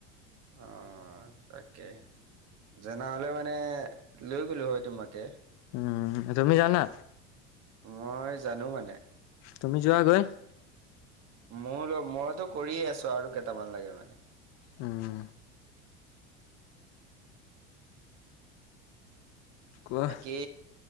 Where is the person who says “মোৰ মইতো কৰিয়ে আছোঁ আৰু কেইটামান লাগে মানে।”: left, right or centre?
Right